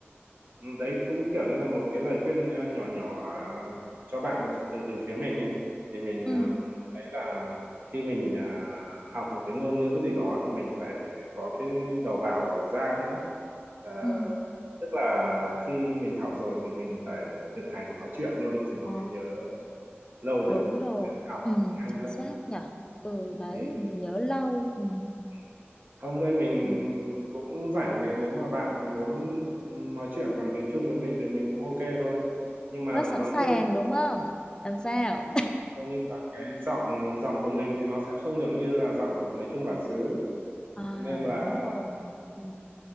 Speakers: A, on the right; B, on the left.
A: ừ. đấy cũng kiểu như là một cái lời khuyên ờ, nhỏ nhỏ ờ, cho bạn ấy, từ từ phía mình ấy thì mình
B: ừ
A: ờ, thấy là khi mình ờ, học một cái ngôn ngữ gì đó thì mình phải có cái đầu vào và đầu ra nữa Ờ,
B: ừ
A: tức là khi mình học rồi thì mình phải thực hành nói chuyện luôn thì nó
B: Ồ,
A: mới nhớ lâu được
B: đúng rồi
A: mới học
B: ừ
A: nhanh
B: chính
A: hơn
B: xác nhở ừ đấy
A: thì
B: mình nhớ lâu ừ
A: ừ, Không đây mình
B: ừ.
A: cũng rảnh này nếu mà bạn muốn nói chuyện bằng tiếng Trung với mình thì mình cũng ok thôi. Nhưng mà
B: rất sẵn
A: nói
B: sàng
A: trước là
B: đúng không làm sao
A: ừ, Đức Giang Sen coi như là cái giọng giọng của mình thì nó sẽ không được như là giọng của người Trung bản xứ.
B: à
A: Thế nên là
B: đúng rồi nhỉ. ừ.